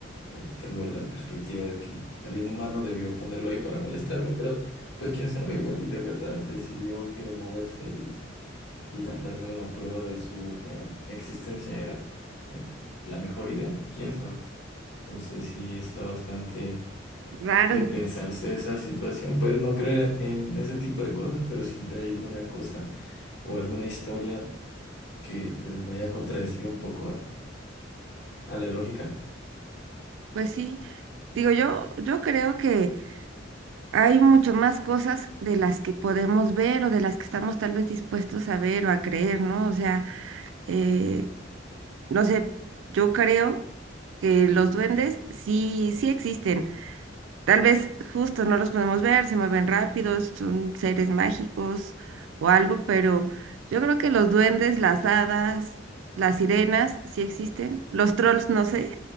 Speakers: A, on the left; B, on the right.
A: eh, tengo la perspectiva de que alguien humano debió ponerlo ahí para molestarme, pero pues quién sabe, igual y de verdad decidió que moverse ir a darme una prueba de su eh, existencia era eh, la mejor idea, quién sabe. Entonces sí está bastante
B: Raro.
A: de pensarse esa situación. Puedes no creer en ese tipo de cosas, pero siempre hay alguna cosa o alguna historia que pues vaya a contradecir un poco a, a la lógica.
B: Pues sí. Digo, yo, yo creo que hay mucho más cosas de las que podemos ver o de las que estamos tal vez dispuestos a ver o a creer, ¿no? O sea, eh, no sé, yo creo que los duendes sí, sí existen. Tal vez justo no los podemos ver, se mueven rápidos, son seres mágicos o algo, pero yo creo que los duendes, las hadas, las sirenas sí existen. Los trolls, no sé,